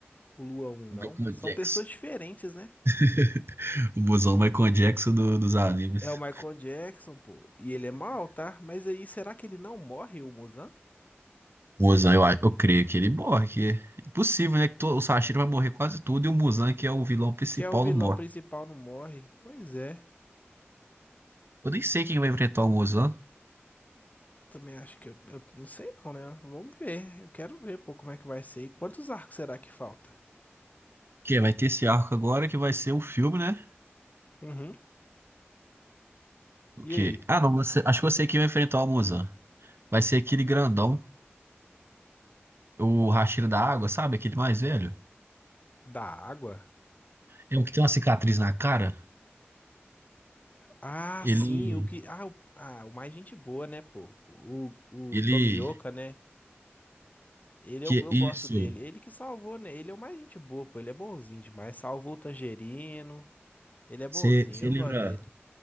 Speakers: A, on the left; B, on the right.
A: o Lua um não.
B: Michael
A: São
B: Jackson.
A: pessoas diferentes, né?
B: <laughs> O busão Michael Jackson do- dos animes.
A: É o Michael Jackson, pô. E ele é mal, tá? Mas aí, será que ele não morre, o Muzan?
B: O Muzan, eu, acho- eu creio que ele morre. Que... é Impossível, né? Que to- o Sashiro vai morrer quase tudo e o Muzan, que é o vilão principal,
A: Que é o vilão
B: não morre.
A: principal, não morre? Pois é.
B: Eu nem sei quem vai enfrentar o Muzan.
A: Eu também acho que eu, eu não sei não, né? Vamos ver. Eu quero ver, pô, como é que vai ser. E quantos arcos será que falta?
B: que? é, vai ter esse arco agora que vai ser o filme, né?
A: Uhum.
B: O
A: E
B: quê?
A: aí?
B: Ah, não, você... acho que eu sei quem vai enfrentar o Muzan. Vai ser aquele grandão, o Hashira da Água, sabe? Aquele mais velho.
A: Da água?
B: É o que tem uma cicatriz na cara.
A: Ah,
B: Ele.
A: sim, o que. Ah, o, ah, o mais gente boa, né, pô? O, o
B: Ele.
A: Tomioka, né? Ele
B: Que
A: eu, eu
B: isso?
A: gosto dele. Ele que salvou, né? Ele é o mais gente boa, pô. Ele é bonzinho demais. Salvou o Tangerino. Ele é bonzinho,
B: Você
A: eu
B: lembra?
A: gosto dele.